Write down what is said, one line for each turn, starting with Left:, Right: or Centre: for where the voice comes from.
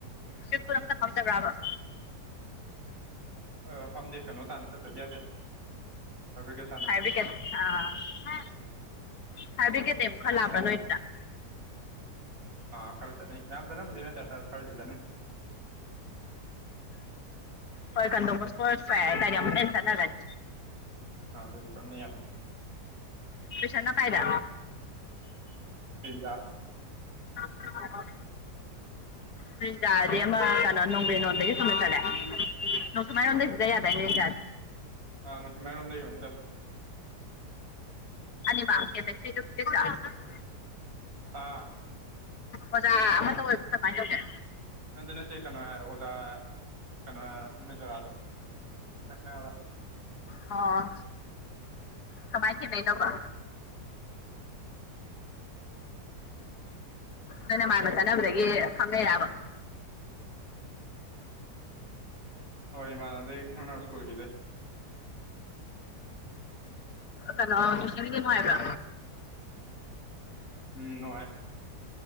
Left: ꯇꯤꯄꯨꯔꯝ ꯐꯝꯗꯕ꯭ꯔꯕꯝ
Right: ꯑ ꯐꯝꯗꯦ ꯀꯩꯅꯣ ꯇꯥꯅ ꯆꯠꯇꯗꯤ ꯌꯥꯗꯦ ꯍꯥꯏ
Left: ꯍꯥꯏ ꯕꯔꯤꯀꯦꯠ ꯑꯥ ꯐ ꯕ꯭ꯔꯤꯀꯦꯠꯅꯦ ꯑꯃꯨꯛ ꯈꯜꯂꯥꯛꯑꯕ꯭ꯔꯥ ꯅꯣꯏꯅꯤꯅ
Right: ꯑꯥ ꯈꯔ ꯇꯅꯦ ꯌꯥꯝ ꯇꯅꯕꯨꯗꯤ ꯅ ꯇꯦ ꯈꯔꯗꯤ ꯇꯅꯦ
Left: ꯍꯣꯏ ꯀꯟꯣꯕꯨꯁꯄꯁ ꯐ ꯇ ꯑꯃꯦꯟꯁ ꯒꯥꯅꯤ
Right: ꯑꯥ ꯑꯗꯨ ꯇꯠꯅ ꯌꯥꯅ
Left: ꯇꯨꯢꯁꯟꯅꯥ ꯀꯥꯏꯗ
Right: ꯄꯤꯖꯥ
Left: ꯑꯣ ꯑꯣ ꯇ꯭ꯔꯤꯖꯥ ꯑꯗꯤ ꯑꯃ ꯀꯩꯅꯣ ꯅꯣꯡꯒ꯭ꯔꯦꯟ ꯅꯣꯟꯗꯒꯤ ꯆꯨꯝꯅ ꯆꯠꯂꯦ <unintelligible> ꯆꯠ ꯌꯥꯗꯥꯢꯅꯦ ꯇ꯭ꯔꯤꯖꯥꯁꯦ
Right: ꯑꯥ ꯆꯤꯡ ꯃꯩꯔꯣꯝꯗꯩ ꯑꯣꯏꯅ ꯆꯠ
Left: <unintelligible>
Right: ꯑꯥ
Left: ꯑꯣꯖꯥ ꯑꯃꯇ ꯑꯣꯏꯕ꯭ꯔꯣ ꯀꯃꯥꯏꯅ ꯇꯧꯒꯦ
Right: ꯅꯗꯤ ꯅꯠꯇꯦ ꯀꯩꯅꯣ ꯑꯣꯖꯥ ꯀꯩꯅꯣ ꯅꯨꯃꯤ ꯖꯒꯥꯗ ꯅꯛꯅꯕ
Left: ꯑꯣ ꯀꯃꯥꯏ ꯊꯦꯡꯅꯩ ꯅꯣꯕ ꯅꯣꯏ ꯅꯃꯥꯅ ꯆꯠꯅꯕꯗꯒꯤ ꯈꯪꯅꯩꯔꯕ <inaudible>
Right: ꯍꯣꯏ ꯏꯃꯥꯟꯅꯗꯩ ꯈꯪꯅꯕ ꯁ꯭ꯀꯨꯜꯒꯤꯗꯩ
Left: ꯀꯩꯅꯣ ꯇꯨꯢꯁꯟꯒꯤꯗꯨ ꯅꯨꯉꯥꯢꯕ꯭ꯔ
Right: ꯎꯝ ꯅꯨꯡꯉꯥꯏ